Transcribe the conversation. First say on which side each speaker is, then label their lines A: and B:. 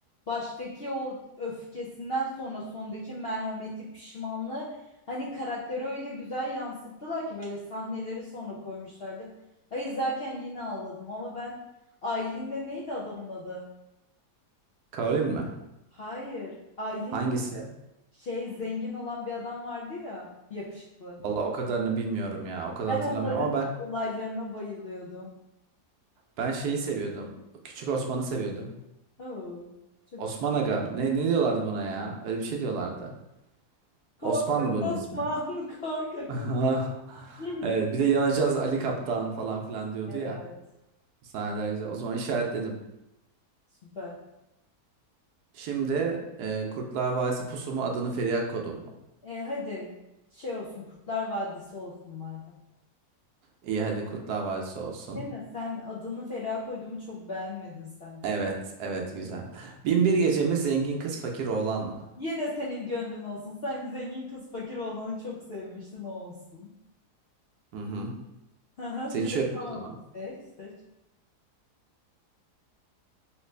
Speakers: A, on the left; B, on the right.
A: baştaki o öfkesinden sonra sondaki merhameti, pişmanlığı hani karakteri öyle güzel yansıttılar ki böyle sahneleri sonra koymuşlardı. Ay izlerken yine ağladım ama ben Aylin'le neydi adamın adı?
B: Karolin mi?
A: Hayır. Aylin'le
B: Hangisi?
A: şey zengin olan bir adam vardı ya yakışıklı.
B: Valla o kadarını bilmiyorum ya. O kadar
A: Ben
B: hatırlamıyorum
A: onların
B: ama ben
A: olaylarına bayılıyordum.
B: Ben şeyi seviyordum. Küçük Osman'ı seviyordum.
A: Oo, çok
B: Osman
A: şey.
B: Aga. Ne, ne diyorlardı buna ya? Öyle bir şey diyorlardı.
A: Korkak
B: Osman'dı bunun
A: Osman,
B: ismi.
A: <laughs> korkak.
B: <laughs>
A: Osman.
B: Evet,
A: <laughs>
B: bir de yanacağız Ali Kaptan falan filan diyordu
A: Evet,
B: ya. Sahneler güzel. O zaman işaretledim.
A: süper.
B: Şimdi e, Kurtlar Vadisi Pusu mu adını Feriha Kodum mu?
A: E hadi şey olsun, Kurtlar Vadisi olsun madem.
B: İyi hadi Kurtlar Vadisi olsun.
A: Değil mi? Sen adını Feriha koyduğumu çok beğenmedin sanki.
B: Evet, evet güzel. Bin bir gece mi zengin kız fakir oğlan mı?
A: Yine senin gönlün olsun. Sen zengin kız fakir olanı çok sevmiştin o olsun.
B: Hı hı.
A: <laughs> Haha,
B: Seçiyorum
A: Direkt tamam.
B: o zaman.
A: Seç, seç.